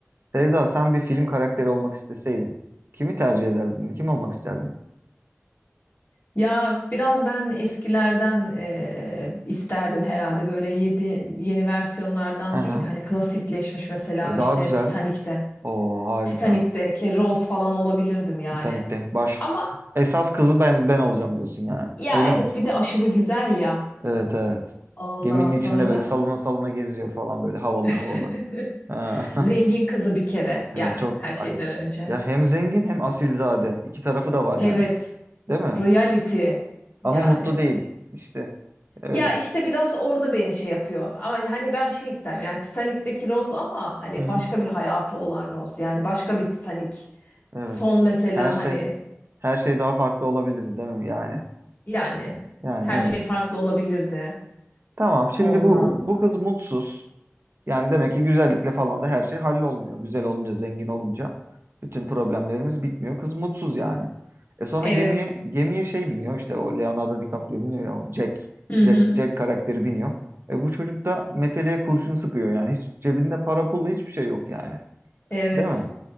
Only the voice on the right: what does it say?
Sevda, sen bir film karakteri olmak isteseydin, kimi tercih ederdin? Kim olmak isterdin?
Aha,
e,
daha güzel.
Oo, harika.
Titanik'te baş.
Esas kızı ben ben olacağım diyorsun yani.
Öyle
mi?
Evet evet.
Geminin
içinde böyle salına salına geziyor falan böyle havalı
havalı. Ha,
<laughs> evet,
çok
ay.
Ya hem zengin hem asilzade. İki tarafı da var
yani. Değil mi?
Ama mutlu değil. İşte öyle.
Hı hı.
Evet.
Her şey
her şey daha farklı olabilir değil mi yani?
Yani
evet.
Tamam. Şimdi
bu
bu kız mutsuz. Yani demek ki güzellikle falan da her şey hallolmuyor. Güzel olunca, zengin olunca bütün problemlerimiz bitmiyor. Kız mutsuz yani. E sonra
gemiye gemiye şey biniyor işte o Leonardo DiCaprio biniyor ya o Jack.
Jack
Jack karakteri biniyor. E bu çocuk da meteleye kurşun sıkıyor yani. Hiç cebinde para pulu hiçbir şey yok yani.
Değil mi?